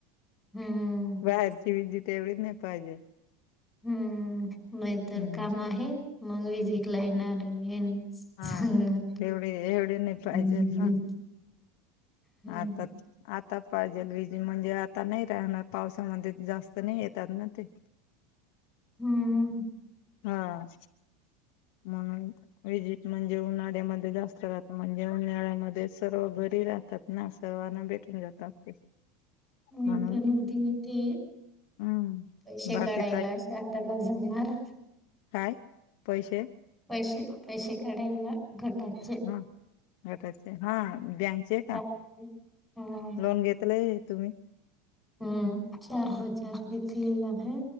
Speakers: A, in the centre; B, on the left (about 55°).
A: हम्म
B: बाहेरची विजत एवढी नाहीं पाहिजे
A: हम्मं नाहींतरं
B: हम्म
A: कामं आहे मंग विजिकलां येणारं ये
B: हां
A: सांगणार
B: एवढे एवढे नाहीं पाहिजे
A: हम्म
B: हं
A: हम्म
B: आंता आंता पाहिजे विजय म्हणजे आंता नाहीं राहणांर पावसांमध्यें जास्तं नाहीं येतांत नां ते <inaudible> <unintelligible>
A: हम्म
B: हां हां म्हणूंन पाहिजे तं म्हणजे उन्हाळ्यांमध्यें जास्तं राहतां म्हणजे उन्हाळ्यांमध्ये सर्व घरी राहतांत नां सर्वांना भेटूंन जातांत ते
A: मी
B: म्हणून
A: पणं उदी होते
B: हम्म
A: पैसे
B: भारती
A: काढांयला शहांदाला जमणांर
B: कायं पैसे
A: पैसे पैसे काढांयला गटांचे
B: हां गटांचे हां बँकचे आहे कां
A: हम्म
B: लोनं घेतलंय तुम्हीं
A: हम्मं चार हजांर घेतलेला आहे